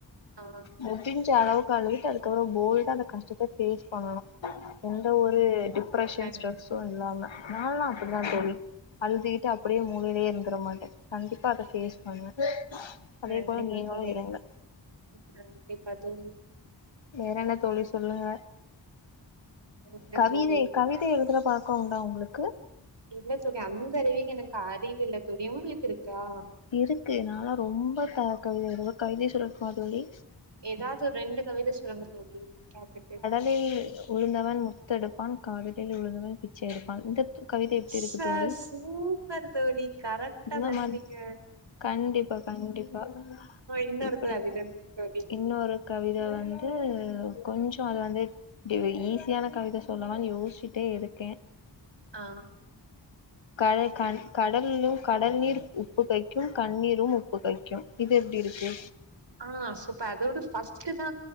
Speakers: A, on the right; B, on the left.
A: ஆ
B: முடிஞ்ச அளவுக்கு அழுதுட்டு அதுக்கப்பறோ போல்டா அந்த கஷ்டத்த ஃபேஸ் பண்ணணு எந்த ஒரு
A: ம்.
B: டிப்ரெஷன்
A: கண்டிப்பா,
B: ஸ்ட்ரெஸ்ஸு இல்லாம நா ல்லா அப்டிதா தோழி அழுதுகிட்டு அப்பிடியே மூலையிலயே இருந்துற மாட்டே கண்டிப்பா அத ஃபேஸ் பண்ணுவே அதே
A: கண்டிப்பா
B: போல நீங்களு
A: தோழி
B: இருங்க
A: கண்டிப்பா தோழி
B: வேற என்ன தோழி சொல்லுங்க
A: என்ன
B: கவிதை
A: தோழி
B: கவிதை எழுதுற பழ கோ உண்டா உங்களுக்கு
A: இல்ல தோழி அந்த அளவுக்கு எனக்கு அறிவு இல்ல தோழி உங்குளுக்கு இருக்கா
B: இருக்கு நா லான் ரொம்ப க கவித எழுதுவே ஒரு கவிதய சொல்லட்டுமா தோழி
A: எதாது ரெண்டு கவித சொல்லுங்க தோழி கேட்டுட்டு
B: தில் உழுந்தவன் முத்தெடுப்பான் காதலில் உழுந்தவன் பிச்சை எடுப்பான் இந்த கவிதை எப்டி
A: ச
B: இருக்கு தோழி
A: சூப்பர் தோழி கரெக்டா
B: இந்த
A: பேசுறிங்க
B: மாரி கண்டிப்பா கண்டிப்பா
A: இன்னொருத்த
B: இப்டி
A: அதுக்கு தோழி
B: இன்னொரு கவித வந்து கொஞ்சோ அது வந்து இப்டி ஈஸியான கவித சொல்லலானு யோசிச்சிட்டே இருக்கே
A: ஆ
B: கட கண் கடலு கடல் நீர் உப்பு கைக்கு கண்ணீரு உப்பு கைக்கு கு இது எப்டி இருக்கு
A: ஆ சூப்ப அதோட ஃபஸ்ட் தா